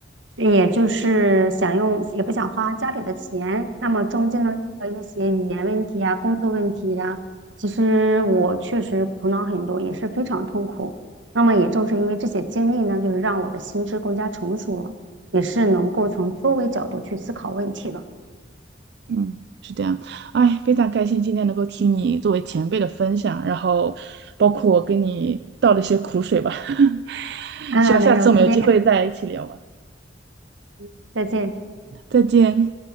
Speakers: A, on the right (about 85°); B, on the right (about 60°).
A: 也就是想用，也不想花家里的钱。那么中间呢，的一些语言问题啊、工作问题啊，其实我确实苦恼很多，也是非常痛苦。那么也正是因为这些经历呢，就是让我的心智更加成熟了，也是能够从多维角度去思考问题了。
B: 嗯，是这样。哎，非常开心今天能够听你作为前辈的分享，然后包括我跟你倒了一些苦水吧。<laughs>
A: 嗯，
B: 希望下次我们有机会再一起聊吧。
A: 没有，特别感谢，再见。
B: 再见。